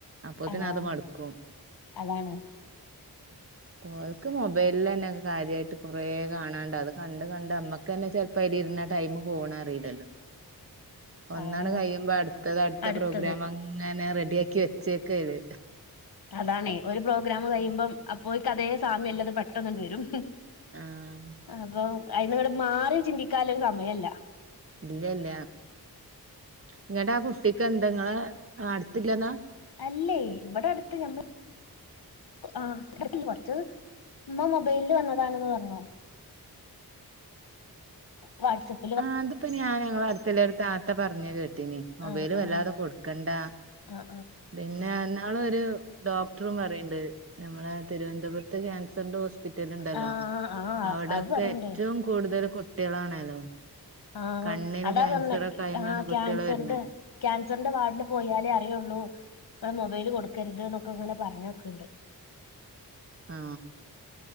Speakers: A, on the right (about 35°); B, on the left (about 70°).
A: അപ്പൊ തന്നെ
B: ആഹ്
A: അത് മടുക്കും
B: അതാണ്
A: ഓൾക്ക് മൊബൈലില്ലനെ കാര്യമായിട്ട് കൊറേ കാണാണ്ട അത് കണ്ട് കണ്ട് അമ്മക്ക് തന്നെ ചെലപ്പോ അല് ഇരുന്ന ടൈം പോണ അറിയില്ലല്ലോ ഒന്നാണ്
B: ആഹ്
A: കഴിയുമ്പോ അടുത്തത് അടുത്ത
B: അടുത്തത്
A: പ്രോഗ്രാം അങ്ങനെ റെഡ ടിയക്കി വച്ചേക്കത്
B: അതാണ് ഒരു പ്രോഗ്രാം കഴിയുമ്പം അപ്പോൊ കഥേ സാമ്യം അല്ലാത് പെട്ടെന്ന് വരും
A: ആഹ്
B: അപ്പോ അതിൽ ഇങ്ങട് മാറി ചിന്തിക്കാൻ സമയമില്ല
A: ഇല്ലില്ല.... നിങ്ങടെ <unintelligible> കുട്ടി ബന്ധങ്ങളെ അടുത്ത് ഇല്ലെന്ന് <unintelligible>
B: അല്ലേ ഇവിടെ അടുത്ത് നമ്മൾ ആ കൊറച്ച് ഉമ്മ മൊബൈലിൽ വന്നതാണന്ന് പറഞ്ഞോ വാട്ട്‌സാപ്പ്
A: ആ അതിപ്പോ ഞാൻ ഞങ്ങളെ അടുത്തുള്ള താത്ത പറഞ്ഞേ കേട്ടീനി മൊബൈൽ
B: ആ ആ
A: വല്ലാതെ കൊടുക്കേണ്ട
B: ആ
A: പിന്നെ എന്നാ ഇന്നാൾ ഒരു ഡോക്ടറും പറയണ്ട് നമ്മളെ തിരുവനന്തപുരത്ത് ക്യാൻസന്റെ ഹോസ് കിട്ടീട്ടുണ്ടല്ലോ
B: ആ ആ ആ
A: അവിടയൊക്കെ
B: അത് പറയണ്ട്
A: ഏറ്റവും കൂടുതല് കു കുട്ടികളാണല്ലോ
B: ആ
A: കണ്ണിന്
B: അതാ
A: ക്യാൻസർ
B: പറഞ്ഞെ
A: ഒക്കെ ആയോണ്ടാണ്
B: ആ ക്യാൻസറിന്റെ
A: കുട്ടികള് വര്ണെ
B: ക്യാൻസറിന്റെ വാർഡില് പോയാലേ അറിയുള്ളൂ ഇവിടെ മൊബൈൽ കൊടുക്കരുത് എന്നൊക്കെ ഇങ്ങനെ പറഞ്ഞോക്കുണ്ട്
A: ആ